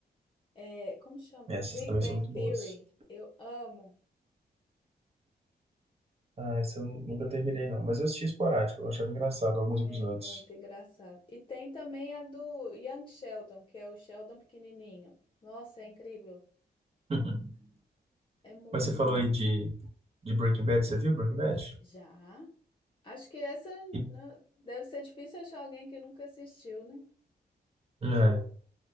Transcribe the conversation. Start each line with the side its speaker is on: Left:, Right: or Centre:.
Left: É, como chama?
Right: Essas
Left: Big
Right: também
Left: Bang
Right: são muito
Left: Theory.
Right: boas.
Left: Eu amo.
Right: Ah, essa eu nunca terminei, não. Mas eu assisti esporádico, eu achava engraçado alguns
Left: É
Right: episódios.
Left: muito engraçado. E tem também a do Young Sheldon, que é o Sheldon pequenininho. Nossa, é incrível.
Right: <laughs>
Left: É muito
Right: Mas você falou
Left: engraçado.
Right: aí de, de Breaking Bad, você viu Breaking Bad?
Left: Já? Acho que essa
Right: E-
Left: né, deve ser difícil achar alguém que nunca assistiu, né?
Right: é,